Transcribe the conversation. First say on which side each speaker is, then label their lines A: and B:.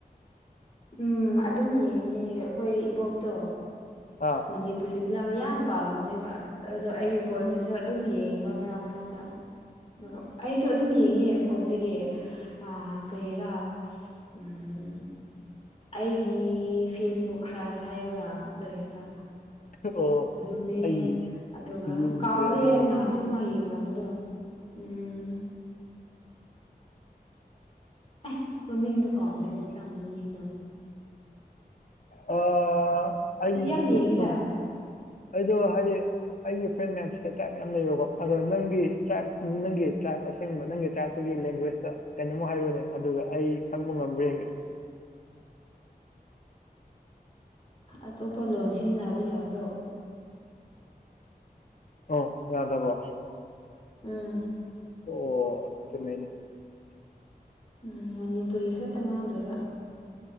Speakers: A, on the left; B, on the left.
A: ꯎꯝ ꯑꯗꯨꯝ ꯌꯦꯡꯉꯦ ꯑꯩꯈꯣꯏ ꯏꯕꯣꯛꯇꯣ
B: ꯑꯥ
A: ꯃꯅꯤꯄꯨꯔꯤ ꯐꯤꯂꯝ ꯌꯥꯝ ꯄꯥꯝꯕꯅꯦꯕ ꯑꯗꯣ ꯑꯩꯒꯤ ꯐꯣꯟꯗꯁꯨ ꯑꯗꯨꯝ ꯌꯦꯡꯕ ꯃꯔꯛ ꯃꯔꯛꯇ ꯑꯗꯨꯒ ꯑꯩꯁꯨ ꯑꯗꯨꯝ ꯌꯦꯡꯉꯦ ꯐꯣꯟꯗꯒꯤ ꯑꯥ ꯀꯔꯤꯔꯥ ꯎꯝ ꯑꯩꯒꯤ ꯐꯦꯁꯕꯨꯛ ꯈ꯭ꯔꯁ ꯍꯥꯏꯕ꯭ꯔꯥ ꯀꯔꯤ ꯍꯥꯏꯕ꯭ꯔꯥ
B: ꯑꯣ
A: ꯑꯗꯨꯅꯦ
B: ꯑꯩ
A: ꯑꯗꯨꯒ
B: ꯌꯦꯡꯗ꯭ꯔꯦ
A: ꯀꯥꯎꯔꯦ
B: ꯑꯗꯨꯃꯗꯤ
A: ꯑꯩ ꯅꯍꯥꯟ ꯁꯨꯝꯃ ꯌꯦꯡꯔꯝꯕꯗꯣ ꯎꯝ ꯑꯦ ꯃꯃꯤꯡꯗꯣ ꯀꯥꯎꯈ꯭ꯔꯦꯅꯦ ꯐꯤꯂꯝ ꯃꯃꯤꯡꯗꯣ
B: ꯑꯥ ꯑꯩꯗꯣ
A: ꯑꯩ ꯌꯥꯝ ꯌꯦꯡꯉꯤꯗ
B: ꯁꯨꯝ ꯑꯩꯗꯣ ꯍꯥꯏꯗꯤ ꯑꯩꯒꯤ ꯐ꯭ꯔꯦꯟ ꯃꯌꯥꯝꯁꯤꯗ ꯇ꯭ꯔꯥꯏꯕ ꯃꯌꯥꯝ ꯂꯩꯕꯀꯣ ꯑꯗꯣ ꯅꯪꯒꯤ ꯇ꯭ꯔꯥꯏꯕ ꯅꯪꯒꯤ ꯇ꯭ꯔꯥꯏꯞ ꯑꯁ ꯁꯦꯡꯕ ꯅꯪꯒꯤ ꯇ꯭ꯔꯥꯏꯞꯇꯨꯒꯤ ꯂꯦꯡꯒ꯭ꯋꯦꯖꯇ ꯀꯩꯅꯣꯝꯃ ꯍꯥꯏꯔꯛꯎꯅꯦ ꯑꯗꯨꯒ ꯑꯩ ꯈꯪꯕ ꯉꯝꯕ꯭ꯔꯥ ꯌꯦꯡꯒꯦ
A: ꯑꯇꯣꯞꯄ ꯂꯣꯟ ꯁꯤꯖꯤꯟꯅꯕ ꯌꯥꯕ꯭ꯔꯣ
B: ꯑꯣ ꯌꯥꯗꯕꯣ
A: ꯑ
B: ꯑꯣ ꯆꯨꯝꯃꯦꯅꯦ
A: ꯎꯝ ꯃꯅꯤꯄꯨꯔꯤ ꯈꯛꯇ ꯉꯥꯡꯗꯣꯏꯕ